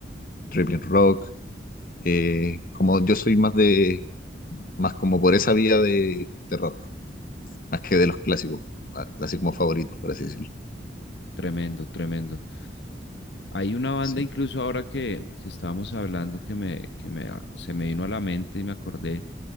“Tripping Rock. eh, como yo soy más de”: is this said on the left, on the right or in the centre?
Left